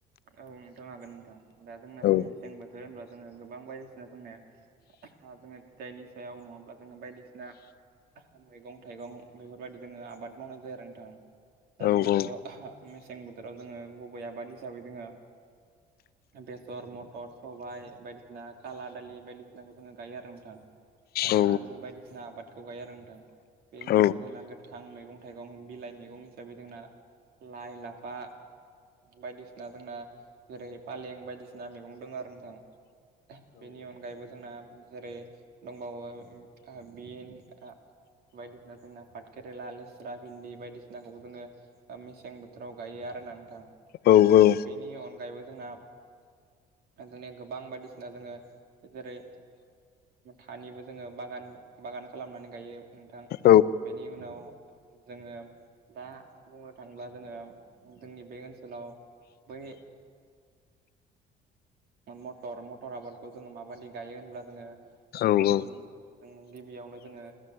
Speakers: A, on the right; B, on the left.
A: औ नोंथां हागोन नोंथां दा जोंनाथ'
B: औ
A: मेसें बोथोर होनबा जोङो गोबां बायदिसिना जोंना जोङो फिथाइनि सायाव नङाब्ला जोङो बायदिसिना मैगं थाइगं बेफोरबायदि जोङो आबाद मावनाय जायो आरो नोंथां दा
B: औ
A: जोंनाथ' मे सें बोथोराव जोङो गुबै आबाद हिसाबै जोङो बेसर म थर सबाइ बायदिसिना खााला दालि बायदिसिनाखौ जोङो गायो आरो नोंथां। आरो
B: औ
A: आलु बायदिसिना आबादखौ गायो आरो नोंथां। बे उनावथ'
B: औ
A: जोंना गोथां मैगं थाइगं बिलाइ मैगं दं हिसाबै जोंना लाइ लाफा बायदिसिना ना जोंना जेरै फालें बायदिसिना मैगं दं आरो नोंथां। बेनि अनगायैबो जोंना जेरै दंबावो ओ बिन ओ बायदिसिना जोंना पाट केेरेला लेस्रा भिन्दि बायदिसिनाखौबो जोङो ओ मेसें बोथोराव गायो आरो ना नोंथां
B: औ औ
A: बेनि अनगायैबो जोंना जोंनि गोबां बायदिसिना जोङो जेरै थानिबो जोङो बागान बागान खालामनानै गायो। नोंथां
B: नारायाव मानलायो आरोना औ
A: बेनि उनाव जोङो दा बुंनो थाङोब्ला जोङो जोंनि बे ओनसोलाव बै मटर मटर आबादखौ जोङो माबायदि गायो होनब्ला जोङो
B: औ
A: ओ जों गिबियावनो जोङो